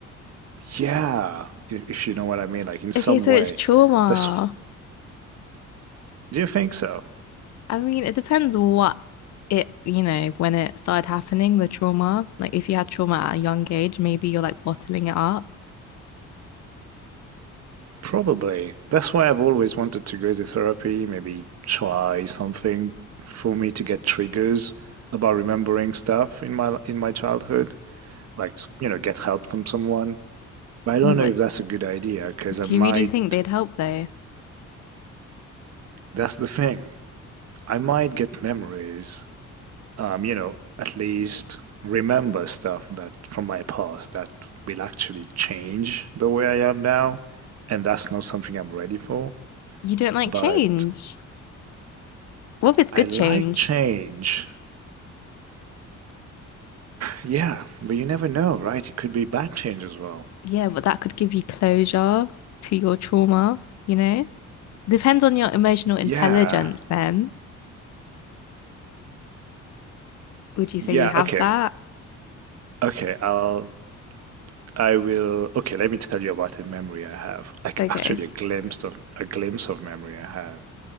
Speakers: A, on the right (about 55°); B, on the left (about 60°).
A: Yeah, if, if you know what I mean, like in some
B: Okay, so
A: way.
B: it's trauma.
A: That's, do you think so?
B: I mean, it depends what it, you know, when it started happening, the trauma. Like if you had trauma at a young age, maybe you're like bottling it up.
A: Probably. That's why I've always wanted to go to therapy, maybe try something for me to get triggers about remembering stuff in my in my childhood, like, you know, get help from someone. But I don't
B: No, but
A: know if that's a good idea because I
B: do
A: might,
B: you really think they'd help though?
A: that's the thing. I might get memories um, you know, at least remember stuff that from my past that will actually change the way I am now. And that's not something I'm ready for.
B: You don't like
A: But
B: change. What if it's good
A: I like
B: change?
A: change. Yeah, but you never know, right? It could be bad change as well.
B: Yeah, but that could give you closure to your trauma, you know? Depends on your emotional
A: Yeah.
B: intelligence then. Would you
A: Yeah,
B: say you have
A: okay.
B: that?
A: Okay, I'll I will okay, let me tell you about a memory I have. Like
B: Okay.
A: actually a glimpse of a glimpse of memory I have.